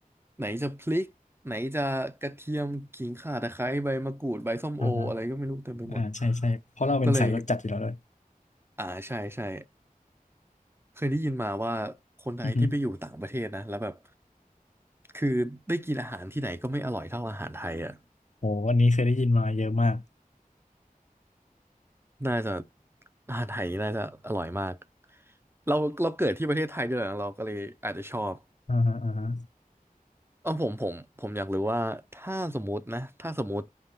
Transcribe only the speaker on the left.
อ่าฮะอ่าใช่ใช่เพราะเราเป็นสายรสจัดอยู่แล้วเลย
อือหือ
โหวันนี้เคยได้ยินมาเยอะมาก
อ่าฮะอ่าฮะ